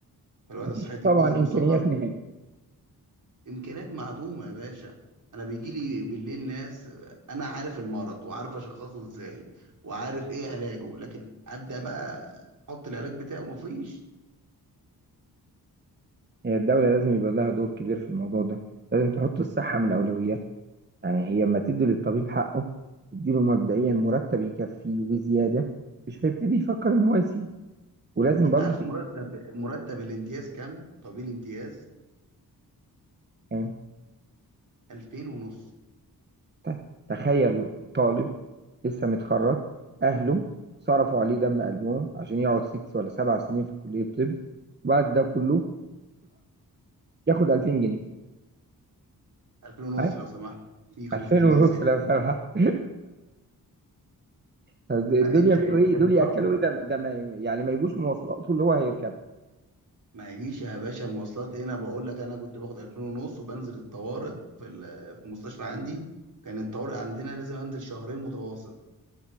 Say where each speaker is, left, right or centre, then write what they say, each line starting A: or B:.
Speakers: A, on the right; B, on the right.
A: فالوحدة
B: مفيش
A: الصحية دي
B: طبعا
A: جزء مصغر
B: إمكانيات نهائي
A: إمكانيات معدومة يا باشا أنا بيجي لي بالليل ناس أنا عارف المرض وعارف أشخصه إزاي وعارف إيه علاجه لكن أبدأ بقى أحط العلاج بتاعه مفيش
B: هي الدولة لازم يبقى لها دور كبير في الموضوع ده لازم تحط الصحة من أولوياتها يعني هي لما تدي للطبيب حقه تديله مبدئيا مرتب يكفيه وزيادة مش هيبتدي يفكر ان هو يسيب ولازم
A: أنت
B: برضه
A: عارف مرتب مرتب الامتياز كام؟ طبيب الامتياز
B: تبقى
A: 2000 ونص
B: طيب تخيل طالب لسه متخرج أهله صرفوا عليه دم قلبهم عشان يقعد ست ولا سبع سنين في كلية طب وبعد ده كله ياخد 2000 جنيه
A: 2000 ونص
B: عادي
A: لو سمحت في 500
B: 2000 ونص
A: جنيه زيادة
B: لو سمحت <laughs> طب
A: فأنت
B: دول يعملوا
A: أنت
B: ايه
A: بتهزر
B: دول ياكلوا ايه ده ده ما يعني ما يجوش مواصلاته اللي هو هيركبها
A: ما يجيش يا باشا مواصلات إيه أنا بقول لك أنا كنت باخد 2000 ونص وبنزل الطوارئ في ال- في المستشفى عندي كان الطوارئ عندنا لازم أنزل شهرين متواصل